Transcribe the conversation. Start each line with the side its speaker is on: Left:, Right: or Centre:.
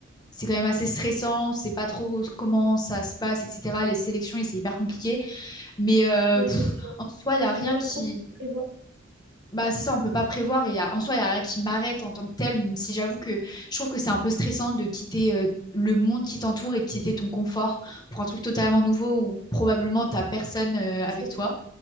Left: c'est quand même assez stressant. C'est pas trop comment ça se passe, etc. Les sélections, et c'est hyper compliqué. Mais euh,
Right: Ouais,
Left: pff,
Right: c'est sûr.
Left: en soi, il n'y a rien
Right: faut pas
Left: qui...
Right: trop prévoir.
Left: Bah, c'est ça, on peut pas prévoir. Et y a- en soi, il n'y a rien qui m'arrête en tant que tel, même si j'avoue que je trouve que c'est un peu stressant de quitter euh, le monde qui t'entoure et de quitter ton confort pour un truc totalement nouveau où probablement t'as personne euh, avec
Right: C'est-
Left: toi.